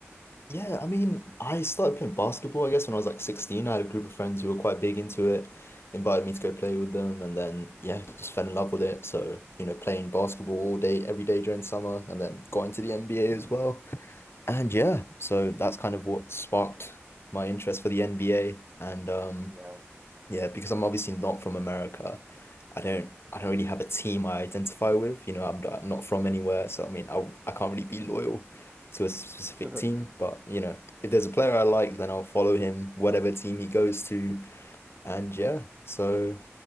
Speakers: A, on the left; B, on the right.
A: Yeah, I mean, I started playing basketball, I guess, when I was like 16. I had a group of friends who were quite big into it, invited me to go play with them, and then, yeah, just fell in love with it. So, you know, playing basketball all day, every day during summer, and then got into the NBA as well. And yeah, so that's kind of what sparked my interest for the NBA. And um,
B: Yeah,
A: yeah, because I'm obviously not from America. I don't I don't really have a team I identify with. You know, I'm not, I'm not from anywhere, so I mean, I I can't really be loyal to a specific
B: <laughs> sure.
A: team, but you know, if there's a player I like, then I'll follow him whatever team he goes to. And yeah, so